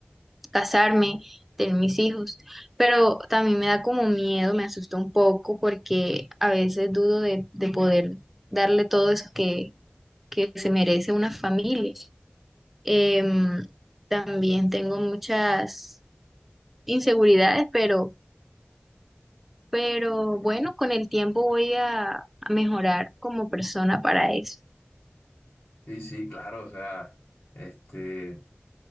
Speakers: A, in the centre; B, on the left.
A: casarme, tener mis hijos, pero también me da como miedo, me asusta un poco porque a veces dudo de, de poder darle todo eso que, que se merece una familia. Em, también tengo muchas inseguridades, pero pero bueno, con el tiempo voy a, a mejorar como persona para eso.
B: Sí, sí, claro, o sea, este...